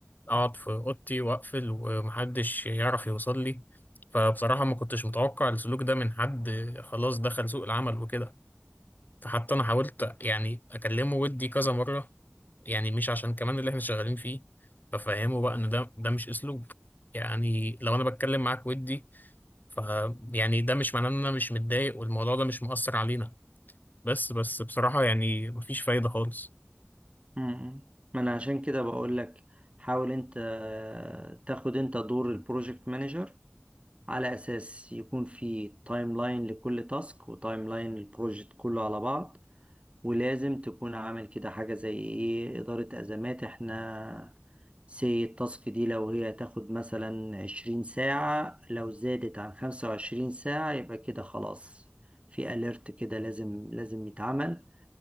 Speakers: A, on the left; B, on the right.
A: اقعد في اوضتي واقفل ومحدش يعرف يوصل لي فبصراحة ما كنتش متوقع السلوك ده من حد خلاص دخل سوق العمل وكده فحتى انا حاولت يعني اكلمه ودي كذا مرة يعني مش عشان كمان اللي احنا شغالين فيه بفهمه بقى ان ده ده مش اسلوب يعني لو انا بتكلم معاك ودي ف يعني ده مش معناه ان انا مش متضايق والموضوع ده مش مؤثر علينا بس بس بصراحة يعني مفيش فايدة خالص
B: مم. ما انا عشان كده بقول لك حاول انت تاخد انت دور البروجكت مانجر على أساس يكون في تايم لاين لكل تاسك وتايم لاين للبروجكت كله على بعض ولازم تكون عامل كده حاجة زي إيه إدارة أزمات إحنا سي التاسك دي لو هي تاخد مثلا عشرين ساعة لو زادت عن خمسة وعشرين ساعة يبقى كده خلاص في أليرت كده لازم لازم يتعمل